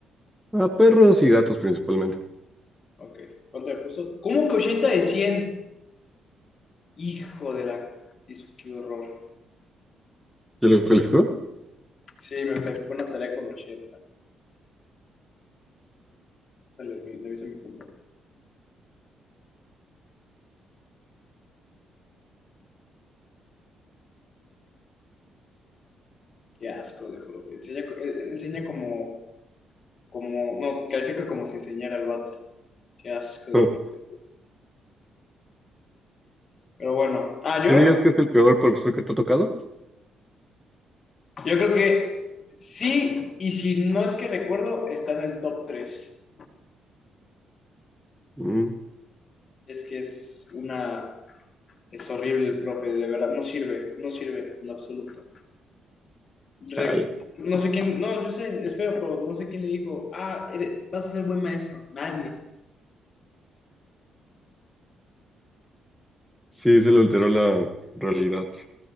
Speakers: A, in the centre; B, on the left.
A: a perros y gatos principalmente.
B: Ok. ¿Cuánto le puso? ¿Cómo que 80 de cien Hijo de la... Dice, qué horror.
A: ¿Ya lo calificó?
B: Sí, me calificó una tarea con ochenta Le, le aviso a mi compa. Qué asco de profe. Enseña, co- eh, enseña como, como, no, califica como si enseñara al vato. Qué asco de
A: Oh,
B: profe. Pero bueno. Ah, yo,
A: ¿Qué dirías que es el peor profesor que te ha tocado?
B: yo creo que sí, y si no es que recuerdo, está en el top tres
A: Mm,
B: Es que es una, es horrible el profe, de verdad, no sirve, no sirve en lo absoluto. Re-
A: chale.
B: no sé quién, no, yo sé, es feo, pero no sé quién le dijo, ah, eres- vas a ser buen maestro. Nadie.
A: Sí, se le alteró la realidad.